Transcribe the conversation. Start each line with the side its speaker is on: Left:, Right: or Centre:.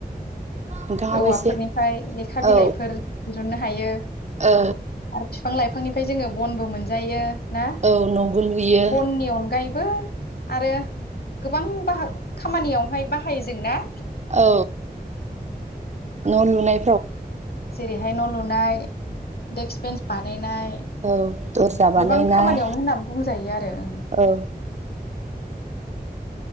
Right: नोंथाङाबो
Left: औवाफोरनिफ्राय
Right: एसे
Left: लेखा
Right: औ
Left: बिलाइफोर दिरुननो हायो
Right: औ
Left: आरो बिफां लाइफांनि ओमफ्राय जोङो बनबो मोनजायो। ना
Right: औ न'बो लुयो
Left: बननि अनगायैबो आरो गोबां बा खामानियावहाय बाहायो जों जोंना
Right: औ औ न' लुनाय
Left: जेरैहाय न' लुनाय देक्स बेन्स बानायनाय
Right: औ दरजा बानायनाय
Left: गोबां खामानियावनो होननानै बुंजायो आरो ओं
Right: औ